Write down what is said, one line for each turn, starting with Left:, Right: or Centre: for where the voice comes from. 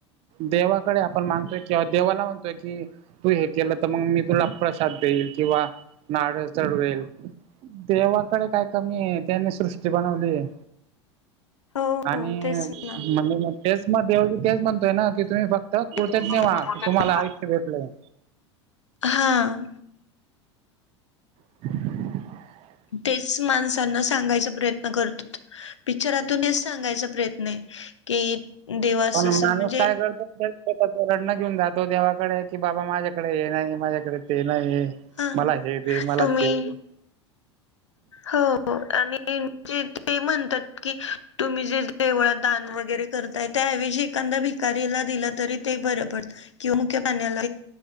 Right: देवाकडे आपण मागतोय किंवा देवाला म्हणतोय कि तू हे केलं तर मग मी तुला प्रसाद देईल, किंवा नाड चढवेल. देवाकडे काय कमी आहे, त्यांनी सृष्टी बनवली आहे.
Left: हो हो
Right: आणि
Left: तेच
Right: म्हणजे
Left: ना
Right: तेच मवी तेच म्हणतोय ना की, तुम्ही फक्त कृतज्ञ
Left: तुम्ही
Right: व्हा
Left: फक्त
Right: की तुम्हाला आयुष्य भेटलंय.
Left: हां.
Right: <inaudible>
Left: तेच माणसांना सांगायचा प्रयत्न करतात. पिक्चरातून हेच सांगायचा प्रयत्न आहे की देवा असं
Right: पण
Left: असं
Right: माणूस
Left: म्हणजे
Right: काय करतो त्याचं रडन घेऊन जातो देवाकडे की बाबा माझ्याकडे हे नाही, माझ्याकडे ते नाही.
Left: हा
Right: मला हे दे, मला
Left: तुम्ही
Right: ते दे.
Left: हो आणि म्हणतात की, तुम्ही जे देवळात दान वगैरे करताय त्याऐवजी एखादा भि भिकाऱ्याला दिल तरी ते बरं पडतं किव पाण्याण